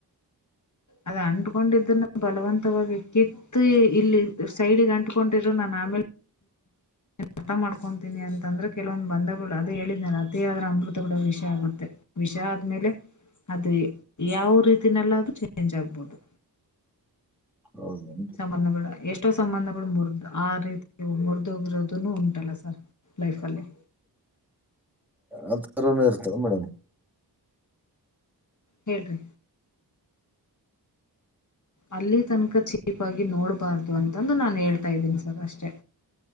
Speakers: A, on the left; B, in the centre.
A: ಅದ ಅಂಟಕೊಂಡಿದ ಬಲವಂತವಾಗಿ ಕಿತ್ತು ಇಲ್ಲಿ ಸೈಡ್ಗ್ ಅಂಟಕೊಂಡಿದ್ರು ನಾನ ನಮಲೆ
B: <inaudible>
A: ಅರ್ಥ ಮಾಡ್ಕೊತೀನಿ ಅಂತಂದ್ರೆ ಕೆಲವೊಂದು ಬಂಧಗಳು ಅದದು ಹೇಳಿದಿದ್ದಾರೆ ಅತೇ ಆದದರ ಅಮೃತ ಕೊಡೋ ವಿಷಯ ಆಗುತ್ತೆ ವಿಷ ಆದ್ಮೇಲೆ ಅದು ಯಾವ ರೀತಿನೆಲ್ಲಾದ್ರೂ ಚೇಂಜ್ ಆಗ್ಬೋದು
B: ಹೌದೇನ್ರಿ
A: ಸಂಬಂಧಗಳು ಎಷ್ಟೋ ಸಂಬಂಧಗಳು ಮೂರ್ದಲ ಆ ರೀತಿ ಮುರಿದೋಗಿರೋದು ಉಂಟಲ್ಲ ಸರ್ ಲೈಫಲ್ಲಿ
B: ಆ ತರನ ಇರ್ತ ಮೇಡಮ್
A: ಹೇಳೇರಿ ಅಲ್ಲಿ ತನಕ ಚೀಪ್ ಆಗಿ ನೋಡ್ಬಾರ್ದು ಅಂತಂದು ನಾನನ್ ಹೇಳ್ತಾ ಇದ್ದೀನಿ ಸರ್ ಅಷ್ಟೆ